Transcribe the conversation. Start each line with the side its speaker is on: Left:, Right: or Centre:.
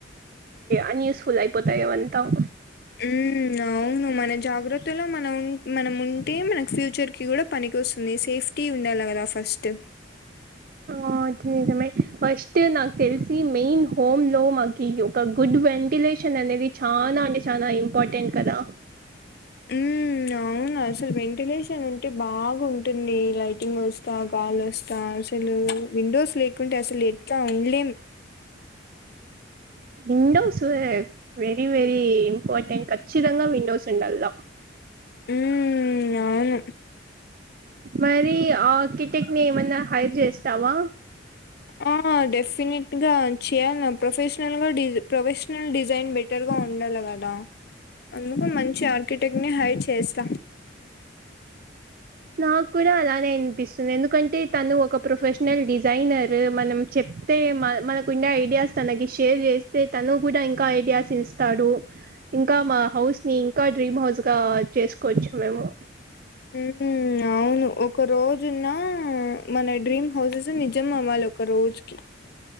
Right: అన్యూస్ఫుల్ అయిపోతాయి అ మొత్తం
Left: ఉమ్ అవును మన జాగ్రత్తలో మన మనం ఉంటే మనకి ఫ్యూచర్ కి కూడ పనికి వస్తుంది సేఫ్ టీ ఉండాల కదా ఫస్ట్
Right: ఆ అది నిజమె ఫస్ట్ నాకు తెలిసి మెయిన్ హోమ్ లో మాకి ఒక గుడ్ వెల్ వెంటిలేషన్ అనేది చాల అంటే చాలా ఇంపార్టెంట్ కదా
Left: అ ఉ అవును అసలు వెంటిలేషన్ ఉంటే బాగ ఉంటుంది లైటింగ్ వస్తాగా గాల్ వస్తా అసలు విండోస్ లేకుంటే అసలు ఎట్ల ఉండలేం
Right: విండోస్ వే వెర వెరీ ఇంపార్టెంట్ ఖచ్చితంగా విండోస్ ఉండలా
Left: ఉం అవును
Right: మరి ఆర్కిటెక్ట్ ని ఏమన్నా హైర్ చేస్తావా
Left: ఆ డెఫినెట్ గా చేయాల ప్రొఫెషనల్ గా ప్రొఫెషనల్ డిజైన్ బెటర్ గా ఉండాలి కదా అందుక మంచి ఆర్కిటెక్ట్ ని హైర్ చేస్తా
Right: నాకు కూడా అలానే అనిపిస్తుంది ఎందుకంటే తను ఒక ప్రొఫెషనల్ డిజైనర్ మనం చె అే మ మనకుండే ఐడియాస్ తనకి షేర్ చేస్తే తను కూడా ఇంకా ఐడియాస్ ఇస్తాడు ఇంకా మా హౌస్ని ఇంకా డ్రీమ్ హౌస్ గా చేసుకోవచ్చు మేము
Left: ఉ అవును ఒక రోజున్న మన డ్రీమ్ హౌసెస్ నిజం అవ్వాలి ఒక్కరోజుక్కీ